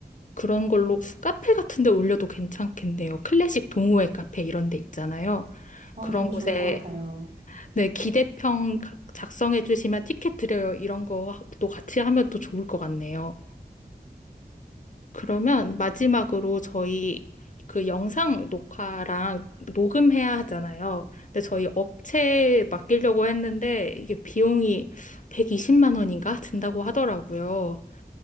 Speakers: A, on the left; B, on the right.
A: 그런 걸로 카페 같은 데 올려도 괜찮겠네요. 클래식 동호회 카페 이런 데 있잖아요.
B: 어,
A: 그런
B: 너무
A: 곳에
B: 좋을 것 같아요.
A: 네, 기대평 작성해 주시면 티켓 드려요. 이런 거도 같이 하면 또 좋을 것 같네요. 그러면 마지막으로 저희 그 영상 녹화랑 녹음해야 하잖아요. 근데 저희 업체에 맡기려고 했는데 이게 비용이 120만 원인가 든다고 하더라고요.